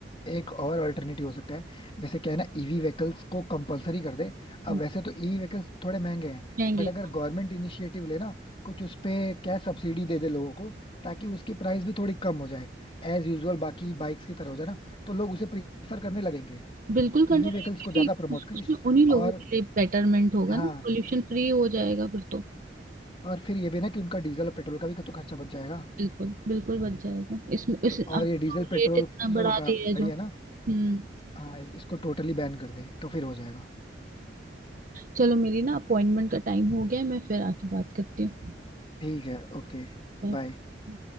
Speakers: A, on the left (about 30°); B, on the right (about 50°).
A: एक और अल्टरनेटिव हो सकता है जैसे क्या है ना ईवी व्हीकल्स को कंपलसरी कर दे अब
B: हम्म,
A: वैसे तो ईवी व्हीकल्स थोड़े महंगे हैं
B: जाएंगे
A: बट अगर गवर्नमेंट इनिशिएटिव ले ना कुछ उस पे क्या सब्सिडी दे दे लोगों को ताकि उसकी प्राइस भी थोड़ी कम हो जाए एज यूजुअल बाकी बाइक्स की तरह हो जाए ना तो लोग उसे प्रीफर करने लगेंगे
B: बिल्कुल करना
A: ईवी
B: चाहिए
A: व्हीकल्स
B: क्योंकि
A: को ज्यादा प्रमोट
B: उस,
A: करें
B: उसमें उन्हीं लोगों
A: और
B: के लिए बेटरमेंट होगा
A: हाँ
B: ना पोल्यूशन फ्री हो जाएगा फिर तो
A: और फिर ये भी ना कि उनका डीजल और पेट्रोल का भी तो खर्चा बच जाएगा
B: बिल्कुल बिल्कुल बच जाएगा इसमें इस
A: तो
B: अब
A: और ये डीजल
B: तो रेट
A: पेट्रोल
B: इतना
A: की जो
B: बढ़ा
A: गाड़ी
B: दिया है जो
A: है ना
B: हम्म
A: हाँ इसको टोटली बैन कर दें तो फिर हो जाएगा
B: चलो मेरी ना अपॉइंटमेंट का टाइम हो गया है मैं फिर आके बात करती हूँ
A: ठीक है ओके
B: बाय
A: बाय